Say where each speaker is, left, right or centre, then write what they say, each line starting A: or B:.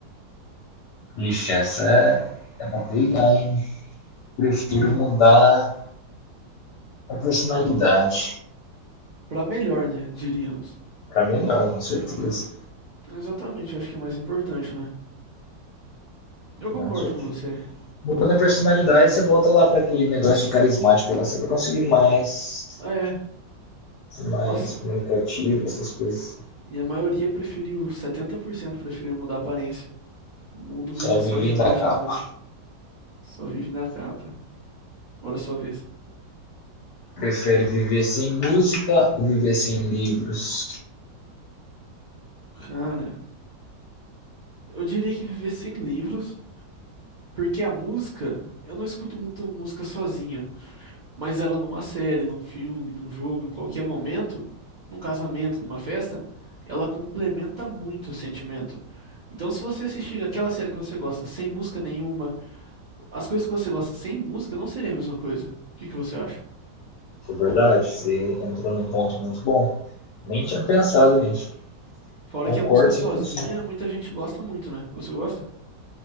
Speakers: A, on the left; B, on the right.
A: Ixi, essa é, é pra pegar, hein? Prefiro
B: Ah,
A: mudar a personalidade.
B: para melhor, né? Diríamos.
A: Pra melhor, com certeza.
B: Exatamente, acho que é mais importante, né? Eu concordo
A: Com certeza.
B: com você.
A: Mudando a personalidade, você volta lá pra aquele negócio de carismático. Você vai conseguir mais,
B: É,
A: mais
B: nossa,
A: comunicativo, essas coisas.
B: e a maioria preferiu, 70% preferiu mudar a aparência. O mundo
A: Só
B: vive
A: vivem
B: só de imagens
A: da capa.
B: hoje. Só vive na capa. Bora sua vez.
A: prefere viver sem música ou viver sem livros?
B: Cara, eu diria que viver sem livros. Porque a música, eu não escuto muito música sozinha, mas ela numa série, num filme, num jogo, em qualquer momento, num casamento, numa festa, ela complementa muito o sentimento. Então, se você assistir aquela série que você gosta sem música nenhuma, as coisas que você gosta sem música não seria a mesma coisa. O que que você acha?
A: É verdade, você entrou num ponto muito bom. Nem tinha pensado nisso.
B: Fora
A: Concordo
B: que a música sozinha,
A: 100%.
B: muita gente gosta muito, né? Você gosta?